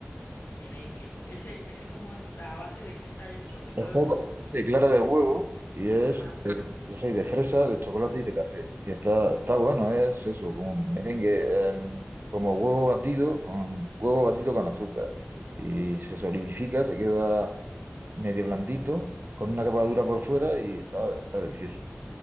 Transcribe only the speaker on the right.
Está hecho de clara de huevo y es,
yo soy de fresa, de chocolate y de café. Y está, está bueno, es eso, como un merengue, em, como huevo batido con huevo batido con azúcar. Y se solidifica, se queda medio blandito, con una capa dura por fuera y está, está delicioso.